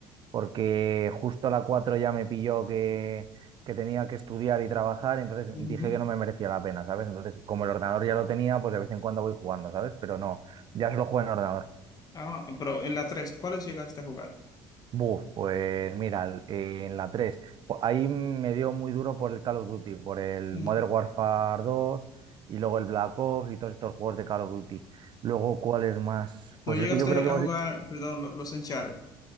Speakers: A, on the right; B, on the left.
A: porque justo a la 4 ya me pilló que, que tenía que estudiar y trabajar, entonces
B: Ujú.
A: dije que no me merecía la pena, ¿sabes? Entonces, como el ordenador ya lo tenía, pues de vez en cuando voy jugando, ¿sabes? Pero no, ya solo juego en ordenador.
B: Ah, pero en la 3, ¿cuáles llegaste a jugar?
A: Buf, pues mira, el- eh, en la 3 jo- ahí me dio muy duro por el Call of Duty, por el
B: Ujú.
A: Modern Warfare dos y luego el Black Ops y todos estos juegos de Call of Duty. Luego, ¿cuál es más? Pues
B: No llegaste
A: es que yo creo que...
B: a jugar, perdón, lo- los Uncharted,